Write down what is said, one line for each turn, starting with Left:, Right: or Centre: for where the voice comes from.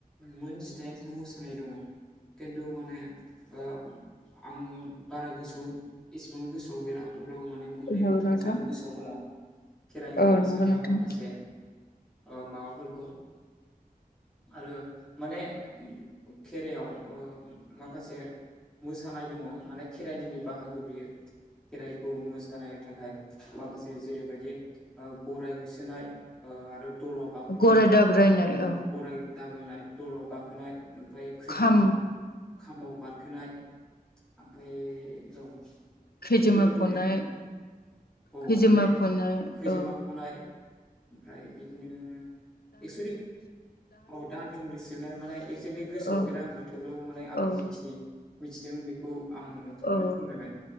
Centre: मोन जिदाइनथाम मोसानाय दङ खिन्थु माने ओ आं बारा गोसोआव एसेबां गोसोआव गैला अब्लाबो माने मोननै
Left: नंगौ
Centre: मोनथामसो
Left: नोंथां
Centre: आं गोसोआव दङ खेराइ
Left: औ
Centre: मोसानायाव
Left: नंगौ नोंथां
Centre: माखासे ओ माबाफोरखौ आरो माने खेरायाव ओ माखासे मोसानाय दङ माने खेराइनिनि बाहागो बियो खेराइखौ मोसानाय थाखाय माखासे जेरैबायदि गराय होसोनाय ओ आरो दलाव गाखोनाय
Left: गराय दाब्रायनाय औ
Centre: गराय दाब्रायनाय दलाव गाखोनाय ओमफ्राय खैजोमा
Left: खाम
Centre: खामाव बारखोनाय ओमफफ्राय र'
Left: खैजोमा
Centre: एक्सेलि
Left: फनाय
Centre: माने औ
Left: खैजोमा
Centre: माने
Left: फनाय
Centre: खैजोमा
Left: औ
Centre: फनाय ओमफ्राय बिदिनो एक्सलि औ दाहाल थुंग्रि सिबनाय माने एक्सुलि गोसोआव
Left: औ
Centre: गैला आङो थेवब्लाबो माने आं
Left: औ
Centre: जिखिनि मिथिदों बेखौ आं नोंथांनो
Left: औ
Centre: फोरमायबाय